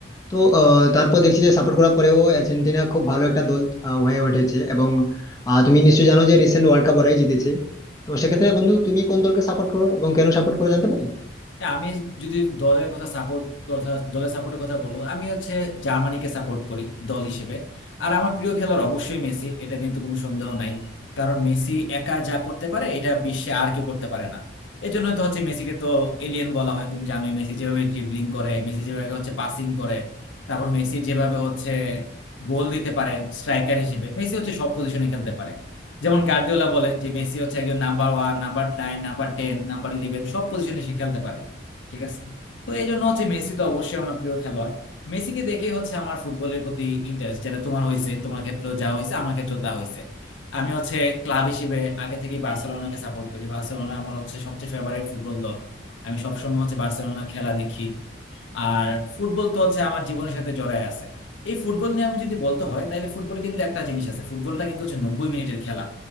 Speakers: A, on the left; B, on the left.
A: তো আহ, তারপর দেখছি যে সাপোর্ট করার পরেও আর্জেন্টিনা খুব ভালো একটা দল আহ, হয়ে উঠেছে এবং আহ, তুমি নিশ্চয়ই জানো যে রিসেন্ট ওয়ার্ল্ড কাপ ওরাই জিতেছে তো সেক্ষেত্রে বন্ধু তুমি কোন দলকে সাপোর্ট করো এবং কেন সাপোর্ট করো জানতে পারি
B: না, আমি যদি দলের কথা সাপোর্ট কথা দলের সাপোর্টের কথা বলো আমি হচ্ছে জার্মানিকে সাপোর্ট করি দল হিসেবে আর আমার প্রিয় খেলোয়াড় অবশ্যই মেসি এটা নিয়ে তো কোনো সন্দেহ নাই কারণ মেসি একা যা করতে পারে এটা বিশ্বে আর কেউ করতে পারে না এই জন্য তো হচ্ছে মেসিকে তো এলিয়েন বলা হয় তুমি জানোই মেসি যেভাবে ড্রিবলিং করে মেসি যেভাবে হচ্ছে পাসিং করে তারপর মেসি যেভাবে হচ্ছে গোল দিতে পারে স্ট্রাইকার হিসেবে মেসি হচ্ছে সব পজিশনে খেলতে পারে যেমন গার্দিওলা বলে যে মেসি হচ্ছে একজন number one number nine number ten number eleven সব পজিশনে সে খেলতে পারে ঠিক আছে তো এই জন্য হচ্ছে মেসি তো অবশ্যই আমার প্রিয় খেলোয়াড় মেসিকে দেখেই হচ্ছে আমার ফুটবলের প্রতি ইন্টারেস্ট যেটা তোমার হয়েছে তোমার ক্ষেত্রেও যা হয়েছে আমার ক্ষেত্রেও তা হয়েছে আমি হচ্ছে ক্লাব হিসেবে আগে থেকেই বার্সেলোনাকে সাপোর্ট করি বার্সেলোনা আমার হচ্ছে সবচেয়ে ফেভারিট ফুটবল দল আমি সবসময় হচ্ছে বার্সেলোনা খেলা দেখি আর ফুটবল তো হচ্ছে আমার জীবনের সাথে জড়ায় আছে এই ফুটবল নিয়ে আমি যদি বলতে হয় তাহলে ফুটবল কিন্তু একটা জিনিস আছে ফুটবলটা কিন্তু হচ্ছে নব্বই মিনিটের খেলা